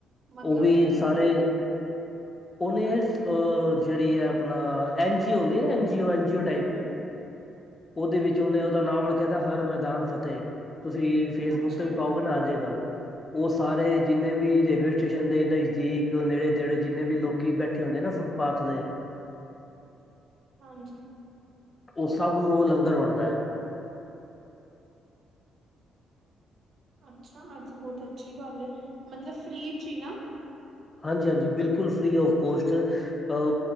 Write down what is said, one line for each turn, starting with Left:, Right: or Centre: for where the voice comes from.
Right: ਮਤਲਬ
Left: ਉਹ ਵੀ
Right: ਕਿਵੇਂ
Left: ਸਾਰੇ
Right: ਦੀ
Left: ਉਹਨੇ ਜੇਹੜੀ ਆਪਣਾ ਐਨਜੀ ਓ ਹੁੰਦੀ ਨਾ, ਐਨ ਜੀ ਓ, ਐਨ ਜੀ ੳ ਟਾਇਪ
Right: ਹਾਂ
Left: ਉਹਦੇ ਵਿੱਚ ਉਹਨੇ ਉਹਦਾ ਨਾਮ ਰੱਖਿਆ ਤ ਹਰ ਮੈਦਾਨ ਫਤਿਹ, ਤੁਸੀਂ ਫੇਸਬੁੱਕ
Right: ਅੱਛਾ
Left: ਤੇ ਵੀ ਪਾਓਗੇ ਨਾ ਆ ਜੇਗਾ, ਉਹ ਸਾਰੇ ਜਿੰਨੇ ਵੀ ਰੇਲਵੇ ਸਟੇਸ਼ਨ ਦੇ ਨਜ਼ਦੀਕ ਨੇੜੇ-ਤੇੜੇ, ਜਿੰਨੇ ਵੀ ਲੋਕੀ ਬੈਠੇ ਹੁੰਦੇ ਨਾ ਫੁੱਟਪਾਥ ਤੇ <inaudible>
Right: ਹਾਂਜੀ।
Left: ਉਹ ਸਭ ਨੂੰ ਉਹ ਲੰਗਰ ਵੰਡਦਾ ਹੈ।
Right: ਅੱਛਾ ਅੱਜ ਬਹੁਤ ਅੱਛੀ ਗੱਲ ਏ। ਮਤਲਬ ਫ੍ਰਰੀ ਚ ਹੀ ਨਾ।
Left: ਹਾਂਜੀ-ਹਾਂਜੀ, ਬਿਲਕੁਲ ਫ੍ਰਰੀ ਆਫ ਕੋਸਟ ਅ